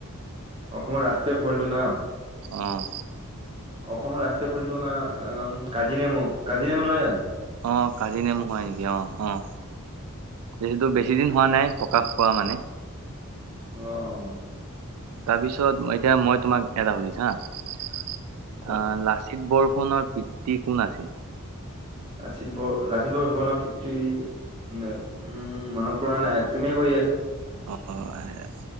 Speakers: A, on the right; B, on the right.
A: অসমৰ ৰাষ্ট্ৰীয় ফলটো নাম?
B: অ',
A: অসমৰ ৰাষ্ট্ৰীয় ফলটো না কাজিনেমু কাজিনেমু নহয় জানো?
B: অ' কাজি নেম হয় নেকি অ' অ'। যিহেতু বেছি দিন হোৱা নাই প্ৰকাশ কৰা মানে।
A: আহ।
B: তাৰপিছত এতিয়া মই তোমাক এটা সুধিছ হা অ
A: কোৱা
B: লাচিত বৰফ ফোনৰ পিতৃ কোন আছিল?
A: লাচিত ব লাচন বৰ ফুকানৰ পিতৃ উম মনত পৰা নাই তুমিয়ে কৈ দিয়াচোন।
B: অ'